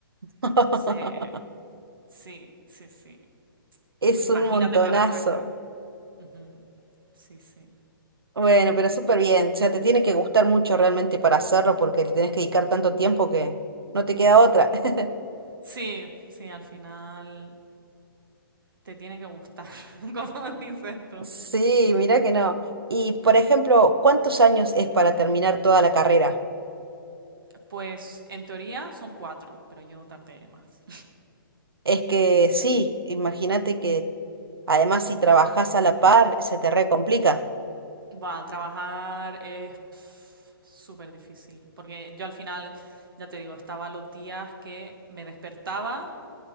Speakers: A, on the right; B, on the right.
A: <laughs>
B: Entonces, sí, sí, sí.
A: Es
B: Entonces, imagínate
A: un montonazo.
B: para sacar. Ujú, Sí, sí.
A: Bueno, pero súper bien. O sea, te tiene que gustar mucho realmente para hacerlo porque le tenés que dedicar tanto tiempo que no te queda otra. <laughs>
B: Sí, sí, al final te tiene que gustar, <laughs> como dices tú.
A: Sí, mira que no. Y por ejemplo, ¿cuántos años es para terminar toda la carrera?
B: Pues en teoría son cuatro, pero yo tardé más.
A: Es que sí, imagínate que además si trabajás a la par se te re complica.
B: Va, trabajar es pf, súper difícil, porque yo al final, ya te digo, estaba los días que me despertaba